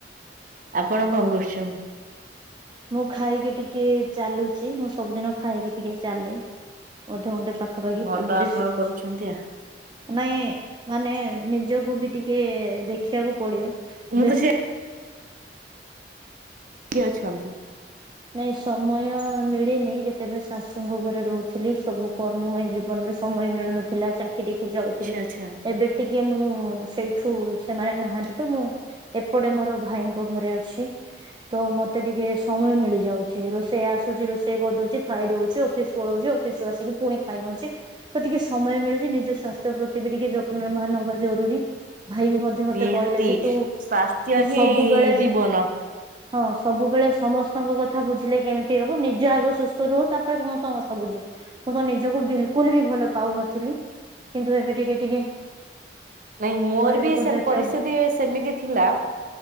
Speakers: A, on the right; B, on the right.
A: ଆପଣ କଣ କରୁଚନ୍ତି?
B: ମୁଁ ଖାଇକି ଟିକେ ଚାଲୁଛି ମୁଁ ସବୁଦିନ ଖାଇକି ଟିକେ ଚାଲେ ଅଧଘଣ୍ଟେ ପାଖାପାଖି
A: ଭଲ
B: ତାପରେ
A: ଆପଣ
B: ଶୋଉଛି।
A: କରୁଛନ୍ତି ଆ
B: ନାଇଁ ମାନେ ନିଜକୁ ବି ଟିକେ ଦେଖିବାକୁ ପଡିବ।
A: ମୁଁ
B: ବ୍ୟସ୍ତ
A: ତ ସେଇଆ କିଏ ଅଛନ୍ତି?
B: ନାଇଁ ସମୟ ମିଳେନି ଯେତେବେଳେ ଶାଶୁଙ୍କ ଘରେ ରହୁଥିଲି ସବୁ କର୍ମମୟ ଜୀବନରେ ସମୟ ମିଳୁନଥିଲା ଚାକିରିକୁ ଯାଉଥିଲି
A: ଆଚ୍ଛା ଆଚ୍ଛା
B: ଏବେ ଟିକେ କି ମୁଁ ସେଇଠୁ ସେମାନେ ନାହାନ୍ତି ତ ମୁଁ ଏପଟେ ମୋର ଭାଇଙ୍କ ଘରେ ଅଛି। ତ ମତେ ଟିକେ ସମୟ ମିଳି ଯାଉଛି ରୋଷେଇ ଆସୁଛି ରୋଷେଇ କରିଦଉଛି ଖାଇଦଉଛି ଅଫିସ ପଳଉଛି ଅଫିସ ରୁ ଆସିକି ପୁଣି ଖାଇ ନଉଛି। ତ ଟିକେ ସମୟ ମିଳୁଛି ନିଜ ସ୍ୱାସ୍ଥ୍ୟ ପ୍ରତି ବି ଟିକେ ଯତ୍ନବାନ ହବା ଜରୁରୀ। ଭାଇ ବି ମଧ୍ୟ ମତେ
A: ନିହାତି।
B: କହିଲେ କି ତୁ
A: ସ୍ୱାସ୍ଥ୍ୟ
B: ତୁ
A: ହିଁ
B: ସବୁବେଳେ
A: ଜୀବନ।
B: ହଁ ସବୁବେଳେ ସମସ୍ତଙ୍କ କଥା କଥା ବୁଝିଲେ କେମିତି ହବ ନିଜ ଆଗ ସୁସ୍ଥ ରୁହ ତାପରେ ସମସ୍ତଙ୍କ କଥା ବୁଝିବେ ମୁଁ ତ ନିଜକୁ ବିଲକୁଲ ବି ଭଲ ପାଉନଥିଲି କିନ୍ତୁ ଏବେ ଟିକେ ଟିକେ
A: ନାଇଁ ମୋର
B: ଶରୀରକୁ
A: ବି ସେ
B: ଦେଖିବାକୁ
A: ପରିସ୍ଥିତି ସେମିତି ଥିଲା